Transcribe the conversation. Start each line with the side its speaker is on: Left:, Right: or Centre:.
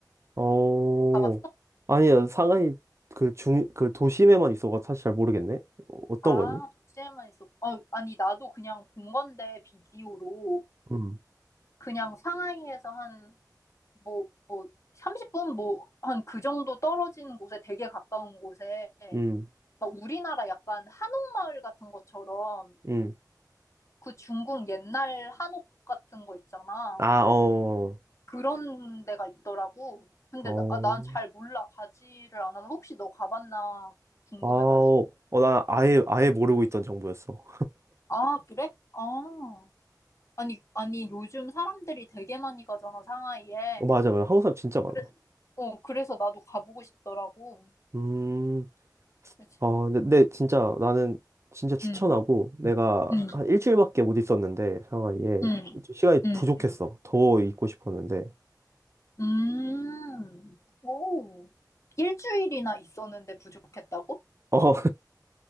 Right: 어,
Left: 가봤어?
Right: 아니야, 상하이 그 중, 그 도심에만 있어가 사실 잘 모르겠네. 어, 어떤
Left: 아,
Right: 거지?
Left: 도시에만 있어. 어, 아니, 나도 그냥 본 건데, 비디오로.
Right: 음.
Left: 그냥 상하이에서 한, 뭐, 뭐, 30분, 뭐, 한 그 정도 떨어진 곳에, 되게 가까운 곳에,
Right: 음,
Left: 막 우리나라 약간 한옥마을 같은 것처럼
Right: 음.
Left: 그 중국 옛날 한옥 같은 거 있잖아.
Right: 아, 어,
Left: 그런 데가 있더라고. 근데
Right: 어,
Left: 나, 아, 난잘 몰라. 가지를 않아서 혹시 너 가봤나 궁금해가지고.
Right: 아, 어, 어, 나 아예, 아예 모르고 있던 정보였어.
Left: 아, 그래? 아. 아니, 아니, 요즘 사람들이 되게 많이 가잖아, 상하이에.
Right: 어, 맞아, 맞아. 한국 사람 진짜 많아.
Left: 그래, 어, 그래서 나도 가보고 싶더라고.
Right: 음,
Left: 그치?
Right: 아, 근데, 근데 진짜 나는 진짜 추천하고
Left: 응,
Right: 내가
Left: 응,
Right: 한 일주일밖에 못 있었는데, 상하이에.
Left: 응,
Right: 좀 시간이
Left: 응.
Right: 부족했어. 더 있고 싶었는데.
Left: 음, 오, 일주일이나 있었는데 부족했다고?
Right: 어,